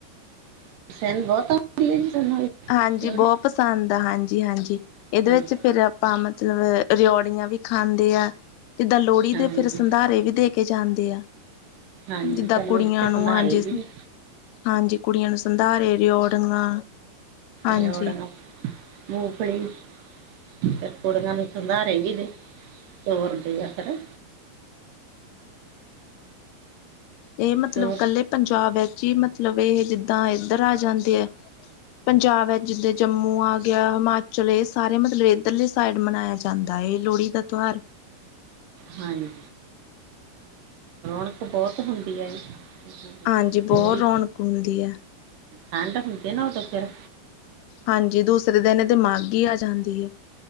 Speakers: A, on the right; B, on the left.
A: <unintelligible>
B: ਹਾਂਜੀ,
A: ਲੋਹੜੀ
B: ਬੋ ਪਸੰਦ ਆ, ਹਾਂਜੀ-ਹਾਂਜੀ! ਏਦੇ
A: ਹਾਂਜੀ
B: ਵਿੱਚ ਫੇਰ, ਆਪਾਂ ਮਤਲਬ ਰਿਓੜੀਆਂ ਵੀ ਖਾਂਦੇ ਆ। ਜਿੱਦਾਂ ਲੋਹੜੀ ਦੇ
A: ਹਾਂਜੀ
B: ਫੇਰ ਸੰਧਾਰੇ ਵੀ ਦੇ ਕੇ ਜਾਂਦੇ ਆ।
A: ਹਾਂਜੀ
B: ਜਿੱਦਾਂ
A: ਪਰ ਲੋਹੜੀ
B: ਕੁੜੀਆਂ
A: ਦੇ
B: ਨੂੰ
A: ਸੰਧਾਰੇ
B: ਹਾਂਜੀ
A: ਵੀ
B: ਹਾਂਜੀ, ਕੁੜੀਆਂ ਨੂੰ ਸੰਧਾਰੇ, ਰਿਓੜੀਆਂ ਹਾਂਜੀ
A: ਰੇਉੜੀਆ, ਮੂਫਲੀ ਫੇਰ ਕੁੜੀਆਂ ਨੂੰ ਸੰਧਾਰੇ ਵੀ <inaudible> ਤੋਰਦੇ ਆ, ਪਤਾ?
B: ਏ ਮਤਲਬ
A: ਹੋਰ
B: ਕੱਲੇ ਪੰਜਾਬ ਵਿੱਚ ਈ ਮਤਲਬ ਏ ਜਿੱਦਾਂ ਇਧਰ ਆ ਜਾਂਦੇ ਐ। ਪੰਜਾਬ ਐ, ਜਿੱਦਾਂ ਜੰਮੂ ਆ ਗਿਆ, ਹਿਮਾਚਲ ਏ, ਸਾਰੇ ਮਤਲਬ ਇੱਧਰਲੇ ਸਾਈਡ ਮਨਾਇਆ ਜਾਂਦਾ ਏ, ਇਹ ਲੋਹੜੀ ਦਾ ਤਿਉਹਾਰ
A: ਹਾਂਜੀ। ਰੋਣਕ ਬਹੁਤ ਹੁੰਦੀ ਏ ਜੀ।
B: ਹਾਂਜੀ, ਬੋ
A: ਲੋਹੜੀ
B: ਰੌਣਕ ਹੁੰਦੀ ਏ!
A: ਠੰਡ ਹੁੰਦੀ ਨਾ ਉਦੋਂ ਫੇਰ।
B: ਹਾਂਜੀ, ਦੂਸਰੇ ਦਿਨ ਏਦੇ ਮਾਘੀ ਆ ਜਾਂਦੀ ਐ!